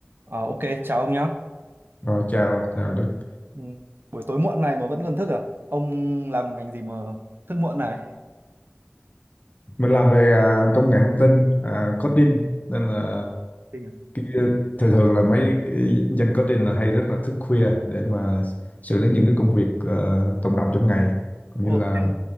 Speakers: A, on the right (about 60°); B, on the left (about 40°).
A: À, ok, chào ông nhá.
B: Rồi chào, chào Đức.
A: Ừ, Buổi tối muộn này mà vẫn còn thức à? Ông làm ngành gì mà thức muộn này?
B: Mình làm về à, công nghệ thông tin, à, coding nên là
A: Tình à?
B: cái, thường thường là mấy cái dân coding là hay rất là thức khuya để mà xử lý những cái công việc ờ, tồn đọng trong ngày cũng
A: Ok.
B: như là